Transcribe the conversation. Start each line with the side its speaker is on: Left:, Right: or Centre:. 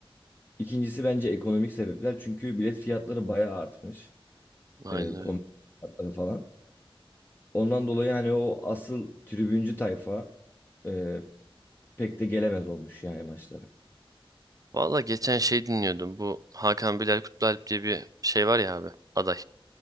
Left: İkincisi bence ekonomik sebepler. Çünkü bilet fiyatları bayağı artmış.
Right: Aynen
Left: E,
Right: öyle.
Left: kombi fiyatları falan. Ondan dolayı hani o asıl tribüncü tayfa e, pek de gelemez olmuş yani maçlara.
Right: Valla geçen şey dinliyordum. Bu Hakan Bilal Kutlualp diye bir şey var ya abi. Aday.